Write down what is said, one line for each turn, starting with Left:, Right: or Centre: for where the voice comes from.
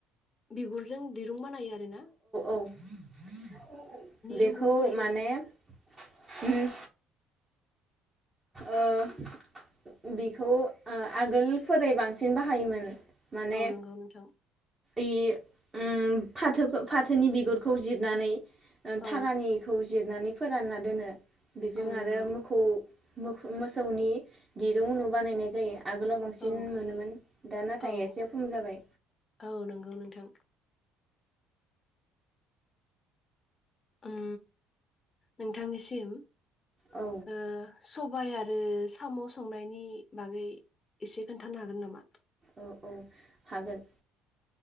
Left: बिगुरजों दिरुं बानायो आरो ना।
Right: <inaudible> बेखौ
Left: रुगुंफोरजों
Right: माने ओम ओ- बिखौ ओ-आगोलनिफोरै बांसिन बाहायोमोन। माने
Left: औ नंगौ नोंथां
Right: ओइ। ओम फाथोखो- फाथोनि बिगुरखौ जिरनानै ओं
Left: औ
Right: थारानिखौ जिरनानै फोरानना दोनो। बेजों
Left: औ नंगौ
Right: आरो मोखौ मोखौ मोसौनि दिरुं उनु बानायनाय जायो। आगोलाव बांसिन
Left: औ
Right: मोनोमोन दा नाथाय
Left: औ
Right: एसे खम जाबाय।
Left: औ नंगौ नोंथां ओम नोंथांनिसिम
Right: औ
Left: ओ सबाय आरो साम' संनायनि बागै एसे खोन्थानो हागोन नामा?
Right: औ-औ हागोन।